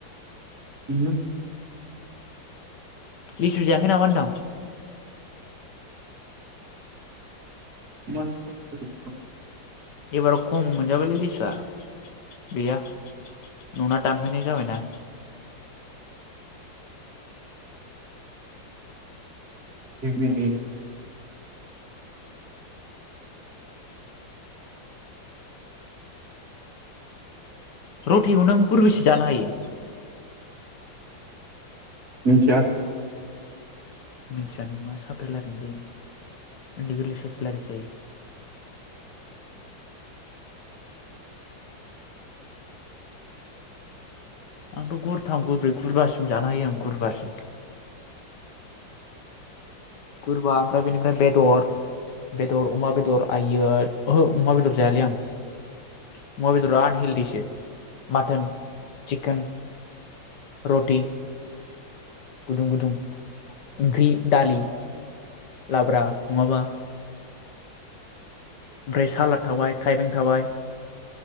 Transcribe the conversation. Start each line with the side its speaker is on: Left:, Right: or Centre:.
Right: बिदिनो
Left: लिसु जाखै नामा होनदां?
Right: मा <unintelligible>
Left: एबार खम मोनजाबायलै लिसुआ गैया। न' ना दानफैनाय जाबायना।
Right: <unintelligible>
Left: रुटिखौ नों गुरबेसे जानो हायो?
Right: मोनथिया।
Left: मिथियानो मा साप्रि रायलायनाय जायो उन्दै गोरलै साइस रायलाय खायो। आंथ' गुरथाम गुरब्रै गुरबासिम जानो हायो आं गुरबासिम गुरबा ओमफ्राय बेनिफ्राय बेदर बेदर अमा बेदर आइ ओहो अमा बेदर जायालै आं अमा बेदरा आनहेलदिसो मटोन चिकेन रटि गुदुं गुदुं ओंख्रि दालि लाब्रा नङाबा ओमफ्राय सालाद थाबाय थाइबें थाबाय